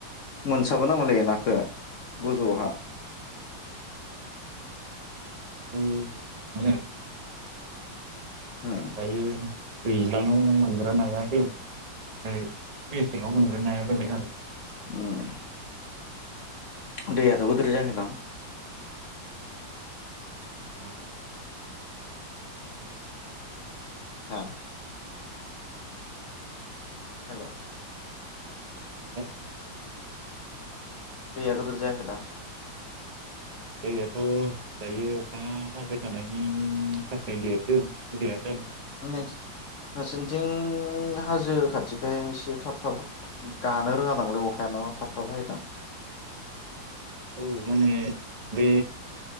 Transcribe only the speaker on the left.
मोनसाबो नामालै नाखो गोजौहा
उम
उम। दैआथ गोदोर जायाखै दां?
ओ हेल'
दैआ गोदोर जायाखै दां?
<unintelligible> नोंसोरनिथिं हाजो खाथिखाय एसे थाब थाब गानो रोङा नामालै अखाया न थाब थाब हायो दां।